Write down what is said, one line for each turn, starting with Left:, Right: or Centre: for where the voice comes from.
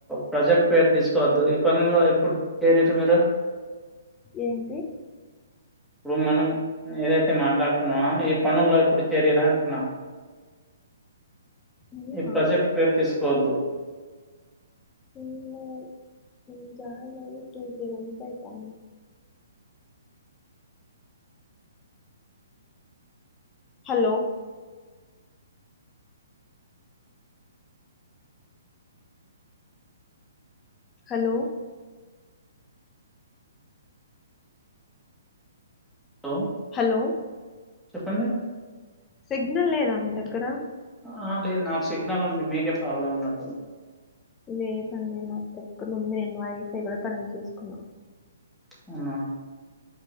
Centre: ప్రాజెక్ట్ పేరు తీసుకోవద్దు ఈ పనుల్లో ఎప్పుడు ఏరైతే మీరు
Left: ఏంటి
Centre: ఇప్పుడు మనం ఏదైతే మాట్లాడుతున్నావ ఈ పనుల్లో ఎప్పుడు చేరేరా అంటున్నా
Left: నేనా
Centre: ఈ ప్రాజెక్ట్ పేరు తీసుకోవద్దు
Left: ఏమో మరి నేను జాయిన్ అయ్యి టూ త్రీ వంత్స్ అయితా హలో హలో
Centre: హలో
Left: హలో
Centre: చెప్పండి
Left: సిగ్నల్ లేదా మీ దగ్గర
Centre: ఆ లేదు నాకు సిగ్నల్ ఉంది మీకే ప్రాబ్లమ్ ఉన్నట్టుంది
Left: లేదండి మాకు ఎక్కడుంది నేను వైఫై కూడా కనెక్ట్ చేసుకున్నా
Centre: అవునా